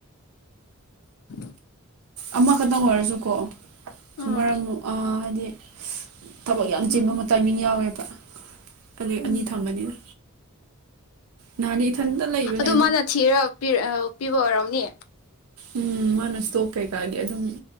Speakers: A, on the left (about 70°); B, on the right (about 75°).
A: <unintelligible>
B: ꯑꯃꯈꯛꯇꯪ ꯑꯣꯏꯔꯁꯨꯀꯣ
A: ꯎꯝ
B: ꯃꯔꯝ <unintelligible> ꯊꯕꯛ ꯌꯥꯝ
A: ꯎꯝ
B: ꯆꯤꯟꯕ ꯑꯃ ꯇꯥꯏꯃꯤꯡ ꯌꯥꯎꯋꯦꯕ ꯑꯗꯨ
A: ꯎꯝ
B: ꯑꯅꯤ ꯊꯝꯕꯅꯤꯅ ꯅꯍꯥꯟꯗꯤ ꯏꯊꯟꯇ ꯂꯩꯕꯅꯦ
A: ꯑꯗꯨ ꯃꯥꯅ ꯊꯤꯔ ꯄꯤꯕ ꯑꯣꯏꯔꯝ ꯅꯤ
B: ꯎꯝ ꯃꯥꯅ ꯏꯁꯇꯣꯛ ꯀꯩꯀꯥꯒꯤ ꯑꯗꯨꯝ